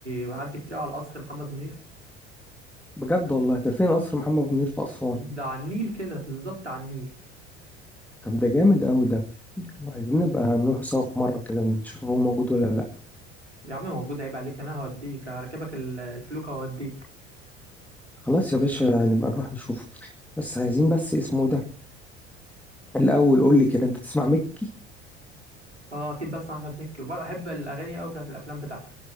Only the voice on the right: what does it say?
معدي كتير قوي على القصر محمد منير
ده على النيل كده بالظبط على النيل
يا عم موجود عيب عليك انا هوديك هركبك ال- الفلوكه وهوديك
اه اكيد بسمع احمد مكي وبحب الاغاني قوي بتاعت الافلام بتاعته